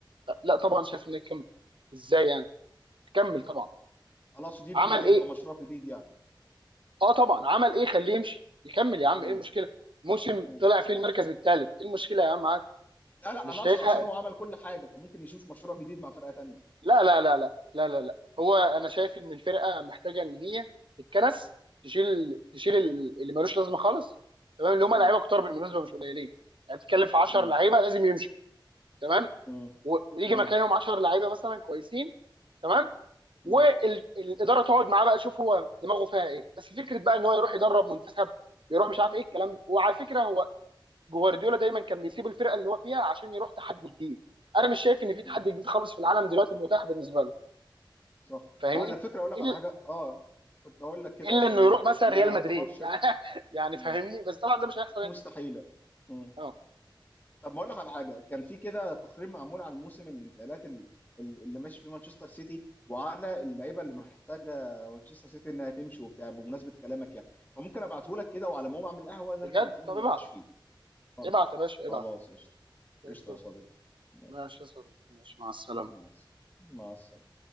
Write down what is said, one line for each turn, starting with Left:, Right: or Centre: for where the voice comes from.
Right: لا طبعا شايف انه يكمل ازاي يعني كمل طبعا
Left: انا اقصد يبدا
Right: عمل
Left: يبدا
Right: ايه
Left: مشروع جديد يعني
Right: اه طبعا عمل ايه خليه يمشي يكمل يا عم
Left: مم.
Right: ايه المشكله موسم
Left: مم.
Right: طلع فيه المركز الثالث ايه المشكله يا عم عادي
Left: لا لا
Right: مش
Left: انا
Right: شايفها
Left: اقصد عشان هو عمل كل حاجه فممكن يشوف مشروع جديد مع فرقه تانيه
Right: لا لا لا لا لا لا لا هو انا شايف ان الفرقه محتاجه ان هي الكنس تشيل تشيل ال- اللي ملوش لازمه خالص تمام اللي هم
Left: مم.
Right: لعيبه كتار بالمناسبه مش قليلين يعني بتتكلم في 10
Left: مم.
Right: لعيبه لازم يمشوا تمام
Left: مم.
Right: و- ويجي
Left: مم.
Right: مكانهم 10 لعيبه مثلا كويسين تمام
Left: مم.
Right: والاداره تقعد معاه بقى تشوف هو دماغه فيها ايه بس فكره بقى ان هو يروح يدرب منتخب يروح مش عارف ايه الكلام ده وعلى فكره هو جوارديولا دايما كان بيسيب الفرقه اللي هو فيها عشان يروح تحدي جديد انا مش شايف ان في تحدي
Left: مم.
Right: جديد خالص في العالم دلوقتي متاح بالنسبه
Left: صح
Right: له
Left: صح
Right: فاهمني
Left: اه على فكره اقول لك
Right: الا
Left: على حاجه اه كنت اقول لك كده
Right: إلا
Left: اصلا
Right: انه
Left: ان
Right: يروح مثلا
Left: ان
Right: ريال
Left: ما يعتبرش
Right: مدريد <laughs> يعني يعني
Left: مم.
Right: فاهمني بس طبعا ده مش هيحصل
Left: ودي
Right: يعني
Left: مستحيله مم.
Right: اه
Left: طب ما اقول لك على حاجه كان في كده تقرير معمول عن موسم الانتقالات ال- ال- اللي ماشي فيه مانشستر سيتي وعلى اللعيبه اللي محتاجه مانشستر سيتي انها تمشي وبتاع بمناسبه كلامك يعني فممكن ابعته لك كده وعلى ما اقوم اعمل قهوه نرجع
Right: بجد
Left: نكمل
Right: طب
Left: النقاش
Right: ابعت
Left: فيه والله
Right: ابعت يا باشا
Left: خلاص
Right: ابعت
Left: قشطه
Right: زي
Left: قشطه
Right: الفل
Left: يا صديقي ماشي
Right: ماشي يا صديقي ماشي مع السلامة
Left: مع السلامه مع السلامه